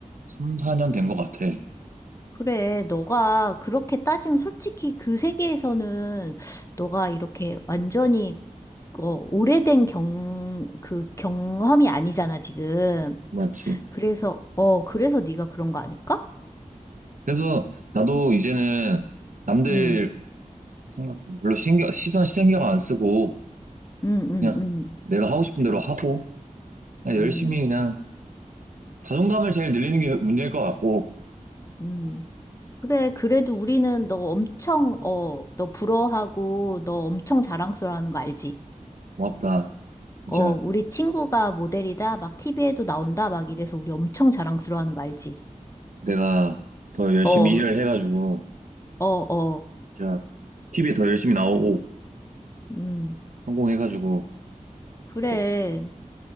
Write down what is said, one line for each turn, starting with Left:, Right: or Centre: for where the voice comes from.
Right: 3, 4년 된 것 같아.
Left: 그래, 너가 그렇게 따지면 솔직히 그 세계에서는 너가 이렇게 완전히 어, 오래된 경, 그 경험이 아니잖아, 지금.
Right: 맞지.
Left: 그래서, 어, 그래서 네가 그런 거 아닐까?
Right: 그래서 나도 이제는 남들
Left: 응,
Right: 생각 뭐 별로 신경, 시선 신경 안 쓰고
Left: 응,
Right: 그냥
Left: 응, 응,
Right: 내가 하고 싶은 대로 하고 그냥
Left: 응,
Right: 열심히 그냥 자존감을 제일 늘리는 게 문제일 것 같고
Left: 응. 그래, 그래도 우리는 너 엄청, 어, 너 부러워하고 너 엄청 자랑스러워하는 거 알지?
Right: 고맙다. 진짜
Left: 어, 우리 친구가 모델이다, 막 TV에도 나온다, 막 이래서 우리 엄청 자랑스러워하는 거 알지?
Right: 내가 더 열심히
Left: 어,
Right: 일을 해가지고
Left: 어, 어,
Right: 진짜 TV에 더 열심히 나오고
Left: 음,
Right: 성공해가지고
Left: 그래.
Right: 꼭-